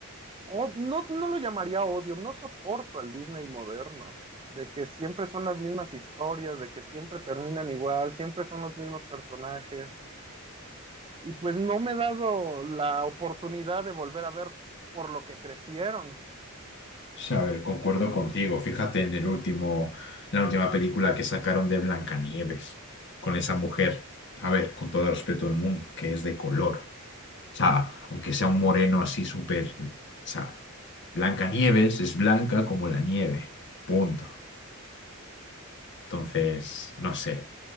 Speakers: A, on the right; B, on the left.
A: O, no, no lo llamaría odio, no soporto al Disney moderno, de que siempre son las mismas historias, de que siempre terminan igual, siempre son los mismos personajes. Y pues no me he dado la oportunidad de volver a ver por lo que crecieron.
B: Sí, a ver, concuerdo contigo. Fíjate en el último, en la última película que sacaron de Blancanieves, con esa mujer, a ver, con todo el respeto del mundo, que es de color. O sea, aunque sea un moreno así súper, o sea, Blancanieves es blanca como la nieve. Punto. Entonces, no sé.